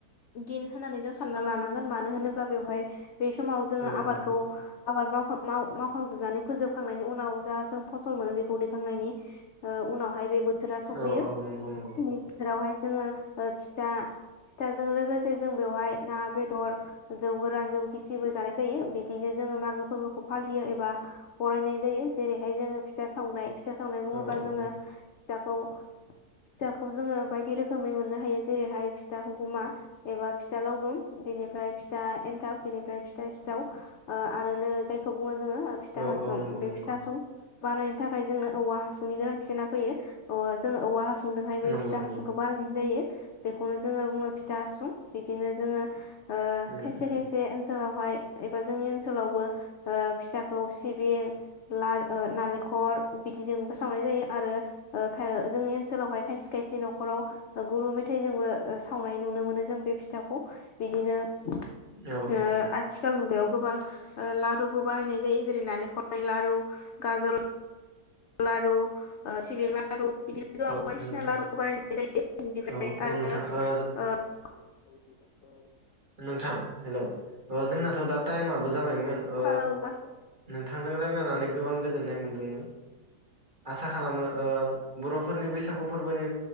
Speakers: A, on the left; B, on the right.
A: दिन होननानै जों सानना लानांगोन मानो होनोब्ला बेवहाय बे समाव जोङो
B: औ औ
A: आबादखौ आबाद मावखां मा मावखां जोबनानै फोबखांनायनि उनाव जा जों फसल मोनो बेखौखांनायनि ओ उनावहाय बे बोसोरा सफैयो
B: औ औ नंगौ नंगौ
A: बे बोथोरावहाय जोङो ओ फिथा फिथाजों लोगोसे जों बेवहाय ना बेदर जौ गोरान जौ गिसिबो जानाय जायो बिदिनो जोङो मागो फोरबोखौ फालियो एबा बरायनाय जायो जेरैहाय जोङो फिथा सावनाय फिथा सावनाय बुङोब्ला
B: औ औ
A: जोङो फिथाखौ फिथाखौ जोङो बायदि रोखोमै मोननो हायो जेरैहाय फिथा हुगुमा एबा फिथा लावदुम बेनिफ्राय फिथा एन्थाब बेनिफ्राय फिथा सिथाव ओ आरो जायखौ बुङो जोङो ओ फिथा
B: औ
A: हासुं
B: औ नंगौ
A: बे
B: नंगौ
A: फिथा हासुं बानायनो थाखाय जोंनो औवा हासुंनि गोनांथि जाना फैयो जों औवा हा सुंदोंहाय बे
B: नंगौ
A: फिथा
B: नंगौ
A: हासुंखौ बानायनाय जायो बेखौनो जोङो बुङो फिथा हासुं बिदिनो जोङो ओ
B: उम
A: खायसे
B: उम
A: खायसे ओन सोलावहाय एबा जोंनि ओनसोलावबो ओ फिथा खौ सिबिं ला नालेंखर बिदिजोंबो सावनाय जायो आरो ओ जोंनि ओनसोलावहाय खायसे खायसे नखराव गुरु मेथाइ जोंबो सावनाय नुनो मोनो जों बे फिथाखौ बिदिनो ओ
B: औ औ
A: आथिखाल मुगायाव गोबां ओ लारुबो बानायनाय जायो जेरै नालेंखरनि लारु गाजर लारु ओ सिबिं लारु बिदिनो गोबां
B: औ
A: बायदिसिना
B: नोंथां
A: लारु बानायनाय जायो बिनिफ्राय
B: औ
A: आरो
B: औ नोंथां ओ
A: ओ <unintelligible>
B: नोंथां हेल' ओ जोंना थ' दा टाइमआबो जाबायमोन ओ
A: खोनादों नोंथां
B: नोंथांजों रायलायनानै गोबां गोजोननाय मोनदोंमोन आसा खालामो ओ बर'फोरनि बैसागु फोरबोनि